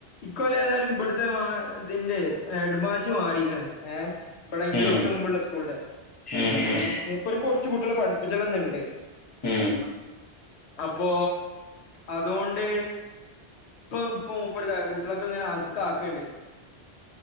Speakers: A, on the left; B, on the left.
A: ഇക്കൊല്ലം ഏതായാലും ഇവിട്ത്തെ മാ ഇതിന്റെ എഡ്മാശ് മാറീക്ക്ണ്. ഏഹ് ഇബടെ ഇന്റെ
B: ഉം
A: തൊട്ട് മുമ്പുള്ള സ്കൂളിന്റെ.
B: ഉം ഉം
A: അ മൂപ്പര്ക്ക് കൊറ്ച്ച് കൂട്ട്യേളെ പഠിപ്പിച്ചണം ന്ന്ണ്ട്.
B: ഉം.
A: അപ്പൊ അതോണ്ട് ഇപ്പം ഇപ്പ മുപ്പര്താ. കുട്ട്ളക്കങ്ങനെ അകത്ത്ക്കാക്ക്ൺണ്ട്.